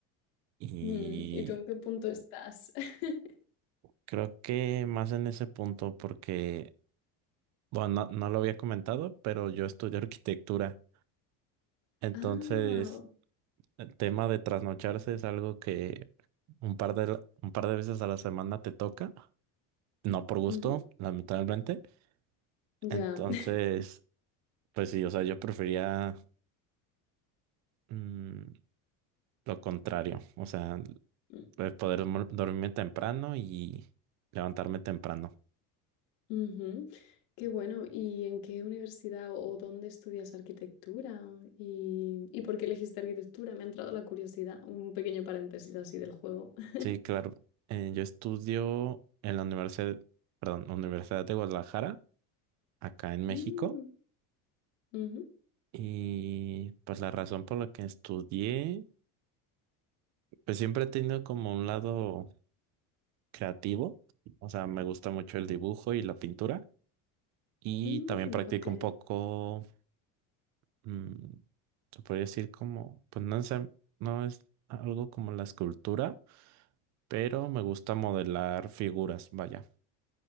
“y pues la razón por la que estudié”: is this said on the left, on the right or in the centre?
Right